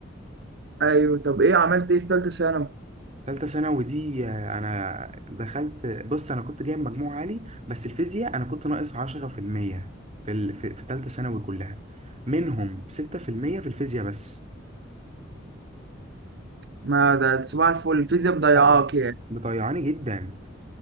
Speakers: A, on the right; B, on the right.
A: ايوه طب ايه عملت ايه في ثالثة ثانوي
B: ثالثه ثانوي دي آه، انا دخلت بص انا كنت جايب مجموع عالي بس الفيزياء انا كنت ناقص 10% في المية في ال... في ثالثه ثانوي كلها منهم 6% في المية في الفيزياء بس
A: ما ده صباح الفل الفيزياء مضيعاك
B: اه
A: يعني
B: مطيعاني جدا